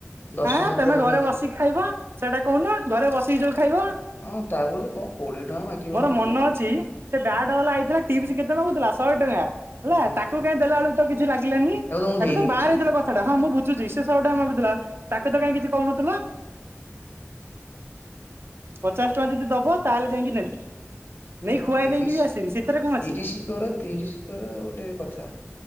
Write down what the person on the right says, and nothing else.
ଆଁ
ତମେ
ଘରେ ବସିକି ଖାଇବ ସେଇଟା କହୁନ ଘରେ ବସିକି ଯୋଉ ଖାଇବ?
ମୋର
ମନ
ଅଛି ସେ ବ୍ୟାଟ ବାଲା ଆଇଥିଲା ଟିପସ କେତେ ମାଗୁଥିଲା ଶହେ ଟଙ୍କା। ହେଲା
ତାକୁ କାଇଁ ଦେଲା ବେଳକୁ ତ କିଛି ଲାଗିଲାନି
ତାକୁ
ତ
ବାହାରେଇ ଦେ ସେଟା ହଁ ମୁଁ ବୁଝୁଛି ସେ ଶହେ ଟଙ୍କା ମାଗୁଥିଲା ତାକୁ ତ କାଇଁ କିଛି କହୁନଥିଲ? ପଚାଶ ଟଙ୍କା ଯଦି ଦବ ତାହେଲେ ଯାଇକି ନେବି। ନେଇ
ଖୁଆଇ
ଦେଇକି ବି ଆସିବି ସେଥିରେ କଣ ଅଛି